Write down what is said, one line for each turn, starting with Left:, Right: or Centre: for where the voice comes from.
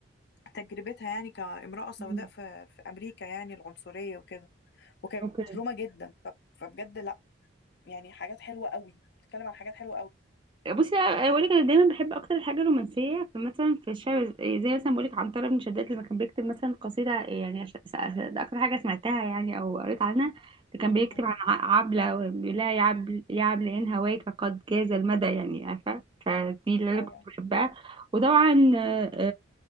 Left: تجربتها يعني كامرأة سوداء
Right: مم.
Left: في... في أمريكا يعني العنصرية وكده وكانت
Right: اوكي
Left: مظلومة جدا ف... فبجد لا يعني حاجات حلوة قوي بتتكلم عن حاجات حلوة قوي
Right: بصي أنا بقولك انا دايما بحب اكتر الحاجه الرومانسيه فمثلا في الشعر زي مثلا بقولك عنتره بن شداد لما كان بيكتب مثلا قصيده يعني عش- س- س- ده اكتر حاجه سمعتها يعني او قريت عنها ده كان بيكتب
Left: مم.
Right: عن ع- عبله وبيقول لها يا عبل يا عبل ان هواك قد جاز المدى يعني عارفه فدي اللي انا
Left: ايوه
Right: كنت بحبها وطبعا آه،